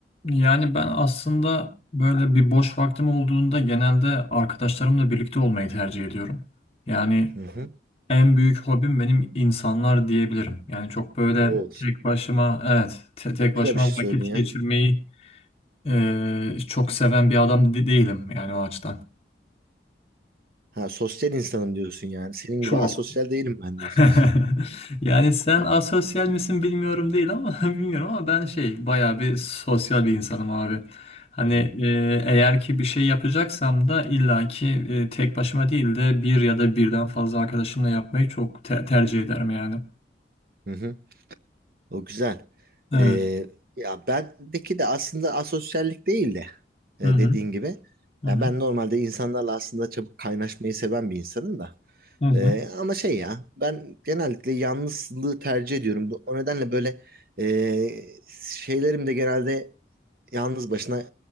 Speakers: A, on the left (about 35°); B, on the right (about 55°).
A: yani ben aslında böyle bir boş vaktim olduğunda genelde arkadaşlarımla birlikte olmayı tercih ediyorum. Yani
B: Hı hı.
A: en büyük hobim benim insanlar diyebilirim. Yani çok böyle
B: Oo,
A: tek başıma evet te- tek
B: çok
A: başıma
B: güzel bir şey söyledin
A: vakit
B: ya.
A: geçirmeyi eee, çok seven bir adam de- değilim yani o açıdan.
B: Ha, sosyal insanım diyorsun yani. Senin
A: Çok
B: gibi asosyal değilim ben
A: <laughs>
B: diyorsun.
A: Yani sen asosyal misin bilmiyorum değil ama <laughs> bilmiyorum ama ben şey bayağı bir sosyal bir insanım abi. Hani
B: <laughs>
A: e, eğer ki bir şey yapacaksam da illaki e, tek başıma değil de bir ya da birden fazla arkadaşımla yapmayı çok te- tercih ederim yani.
B: Hı hı. O güzel.
A: Evet.
B: Ee, ya bendeki de aslında asosyallik değil de e,
A: Hı hı.
B: dediğin gibi.
A: Hı
B: Ya
A: hı.
B: ben normalde insanlarla aslında çabuk kaynaşmayı seven bir insanım da.
A: Hı hı.
B: Ee, ama şey ya ben genellikle yalnızlığı tercih ediyorum. Bu- O nedenle böyle e, şeylerim de genelde yalnız başına e,